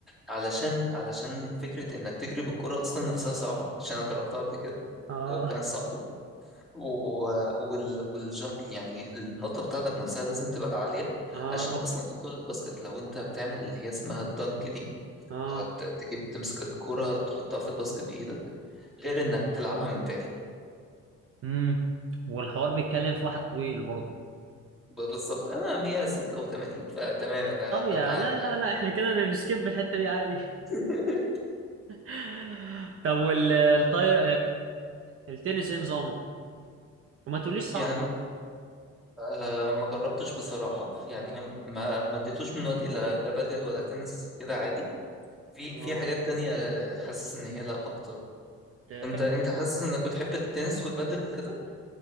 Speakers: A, in the centre; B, on the right (about 50°).
A: علشان علشان فكره انك تجري بالكره اصلا نفسها صعبه عشان انا جربتها قبل كده
B: اه
A: وكان صعب و- وال والج... يعني النقطة بتاعتك نفسها لازم تبقى عالية
B: اه
A: عشان أصلا تطول الباسكت لو أنت بتعمل اللي هي اسمها الدنك دي
B: اه
A: لو هت- تجيب تمسك الكرة تحطها في الباسكت بإيدك غير إنك تلعبها من بعيد
B: امم والحوار بيتكلم في واحد طويل برضه
A: ب- بالظبط أنا 186 فتمام أنا
B: طب
A: بتعامل
B: يا لا لا
A: عادي
B: لا احنا كده نسكيب الحتة دي عادي
A: <laughs>
B: <laughs> طب والطاير التنس ايه نظامه وما تقوليش صعب
A: يعني ما آه، ما جربتش بصراحة يعني ما ما اديتوش من وقتي لا لا بادل ولا تنس كده عادي في
B: اه
A: في حاجات تانية حاسس إن هي لا أكتر
B: تحب
A: انت انت حاسس انك بتحب التنس والبادل وكده